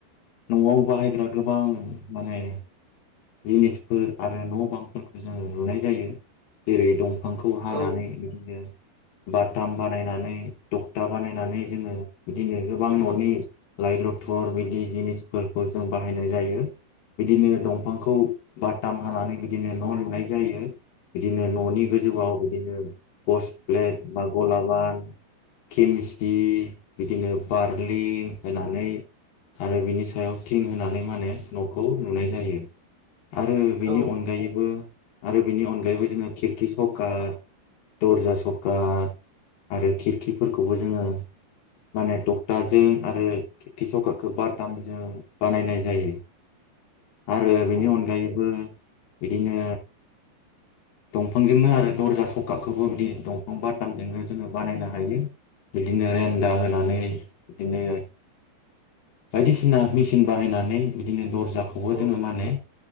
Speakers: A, on the left; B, on the right.
A: न'आव बाहायग्रा गोबां माने जिनिसफोर आरो न' बांफोरखौ जोङो लुनाय जायो। जेरै दंफांखौ हानानै
B: औ
A: बिदिनो बाथाम बानायनानै था बानायनानै जोङो बिदिनो गोबां न'नि लाइ लथर बिदि जिनिसफोरखौ जों बाहायनाय जायो बिदिनो दंफांखौ खौ बाटाम हानानै बिदिनो न' लुनाय जायो। बिदिनो न'नि गोजौआव बिदिनो पस् प्लेट बा गलाबान केमस् बिदिनो बार्लिं होनानै आरो बिनि सायाव थिं होनानै माने न'खौ लुनाय जायो। आरो बिनि
B: औ
A: अनगायैबो आरो बिनि अनगायैबो जोङो खिरखि सकाठ दर्जा सखाठ आरो खिरखिफोरखौबो जोङो माने तकथाजों आरो खारखि बाटामजों बानायनाय जायो। आरो बेनि
B: औ
A: अनगायैबो बिदिनो दंफांजोंनो आरो दरजा सखाठखौबो बिदि दंफां बादामजोंनो जोङो बानायनो हायो‌। बिदिनो रेन्दा होनानै बिदिनो बायदिसिना मेसिन बाहायनानै बिदिनो दर्जाखौबो
B: औ
A: जोङो मा माने